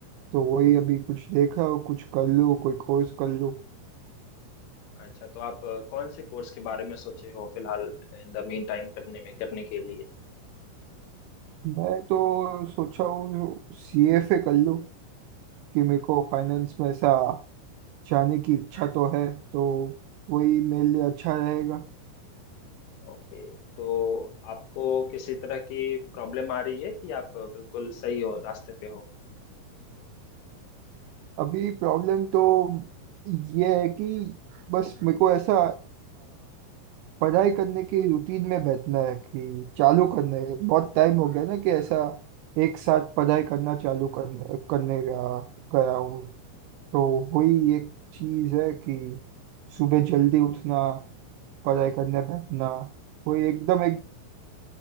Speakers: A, on the right; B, on the left.
A: तो वही अभी कुछ देख रहा हूँ कुछ कर लूँ कोई कोर्स कर लूँ
B: अच्छा तो आप अ, कौन से कोर्स के बारे में सोचे हो फिलहाल इन द मीन टाइम करने में करने के लिए
A: मैं तो सोचा हूँ सी एफ ए कर लूँ कि मेरे को फाइनेंस में ऐसा जाने की इच्छा तो है तो वही मेरे लिए अच्छा रहेगा
B: ओके तो आपको किसी तरह की प्रॉब्लम आ रही है कि आप बिल्कुल सही हो रास्ते पे हो
A: अभी प्रॉब्लम तो ये है कि बस मेरे को ऐसा पढ़ाई करने की रूटीन में बैठना है कि चालू करने बहुत टाइम हो गया ना कि ऐसा एक साथ पढ़ाई करना चालू करने करने गया गया हूँ तो वही एक चीज है कि सुबह जल्दी उठना पढ़ाई करने बैठना वही एकदम एक